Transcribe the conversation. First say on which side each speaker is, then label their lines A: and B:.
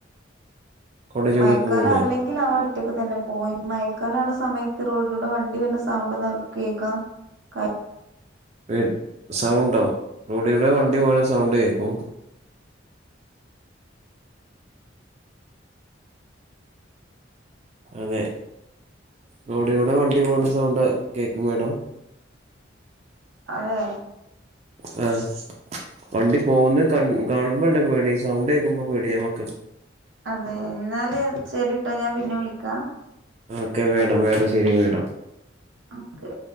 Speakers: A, on the right (about 35°); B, on the right (about 85°).
A: കൊട ചൂടി
B: മഴക്കാലം
A: പോവൂലേ
B: അല്ലെങ്കിൽ അവൾ ഒറ്റക്ക് തന്നെ പോവും മഴക്കാലം ആവണ സമയത്ത് റോഡിലൂടെ വണ്ടി വരണ സൗണ്ട് ഒന്നും അവർക്ക് കേൾക്കാൻ കഴി
A: പേര് സൗണ്ടോ റോഡിലൂടെ വണ്ടി പോവുന്ന സൗണ്ട് കേൾക്കും അതെ റോഡിലൂടെ വണ്ടി പോകുന്ന സൗണ്ട് കേൾക്കും മേഡം
B: അഹ്
A: <unintelligible> വണ്ടി പോവുന്ന കണ്ട് കാണുമ്പല്ലെ പേടി സൗണ്ട് കേക്കുമ്പോ പേട്യാ മ്മക്ക്
B: <inaudible>
A: ഓക്കേ മാഡം മാഡം ശെരി മാഡം
B: അ ക്കെ